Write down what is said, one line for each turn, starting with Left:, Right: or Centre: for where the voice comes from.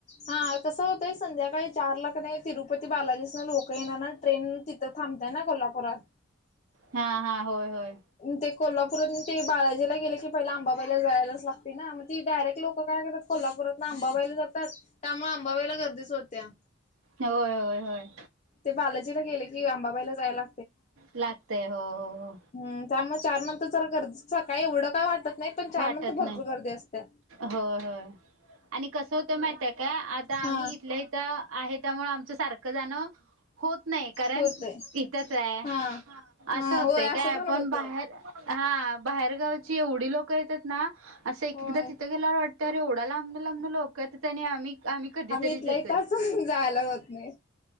Left: हा कसं होतंय संध्याकाळी चारला क नाही तिरुपती बालाजीसन लोक काही ना ट्रेन तिथं थांबत्या ना कोल्हापुरात
Right: हा हा होय होय
Left: ते कोल्हापूरात ते बालाजीला गेले की पहिला अंबाबाईला जायलाच लागतय ना मग ती डायरेक्ट लोक काय करतात कोल्हापुरातन आंबाबाईला जातात त्यामुळे आंबाबाईला गर्दीच होत्या
Right: होय होय होय
Left: ते बालाजीला गेले की अंबाबाईला जायला
Right: लागतय हो हो हो.
Left: हम् त्यामूळ चार नंतर जरा गर्दीच सकाळी एवढं काय वाटत नाही पण
Right: वाटत
Left: चार नंतर भरपूर
Right: नाही.
Left: गर्दी असत्या.
Right: होय होय आणि कसं होतंय माहिताय काय आता
Left: हा
Right: आम्ही इथल्या इथं इथं आहे त्यामुळे आमच सारखं जाण होत नाही कारण
Left: होतय
Right: इथ काय
Left: हा.
Right: अस
Left: हा
Right: होतय
Left: होय असं
Right: काय पण
Left: होतय
Right: बाहे हा बाहेरगावची एवढी लोकं येतात ना असं एक
Left: होय.
Right: एकदा तिथं गेल्यावर वाटत तर एवढं लांबनं लांबनं लोक येत्यात आणि आम्ही आम्ही कधीतरीच
Left: इथल्या
Right: येतोय
Left: इथं असून जायला होत नाही